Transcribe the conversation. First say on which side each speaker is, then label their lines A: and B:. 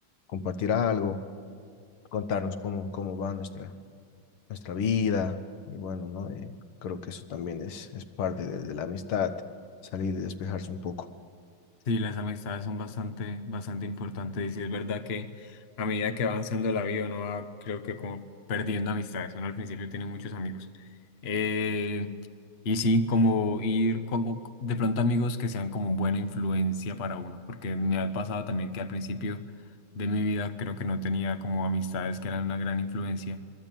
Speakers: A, on the left; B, on the left.
A: compartir algo, contarnos cómo, cómo va nuestra, nuestra vida. Y bueno, ¿no? Eh, creo que eso también es, es parte de, de la amistad, salir y despejarse un poco.
B: Sí, las amistades son bastante, bastante importantes y sí es verdad que a medida que va avanzando la vida uno va, creo que como perdiendo amistades, uno al principio tiene muchos amigos. Eh, y sí, como ir, como de pronto amigos que sean como buena influencia para uno, porque me ha pasado también que al principio de mi vida creo que no tenía como amistades que eran una gran influencia